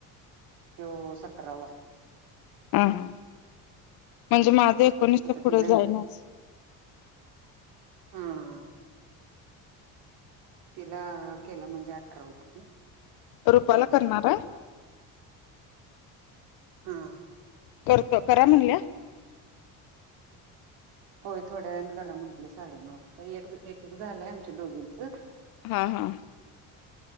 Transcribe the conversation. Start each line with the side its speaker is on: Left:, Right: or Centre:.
Right: तो सतरावाआहे.
Left: हा, ह म्हणजे माझं एकोणीस च्या
Right: आता
Left: पुढे
Right: तिला
Left: जाइनाच. <inaudible>
Right: ह, ह. तिला केलं म्हणजे अठरा होत ना
Left: रुपाला
Right: आणि
Left: करणार
Right: एक
Left: हाय?
Right: हा.
Left: करतो. करा म्हणल्या?
Right: होय थोड्या वेण करा म्हंटले साडेनऊ वाजता एक, एक-एक झालंय आमच्या दोघींचं.
Left: हा, हा.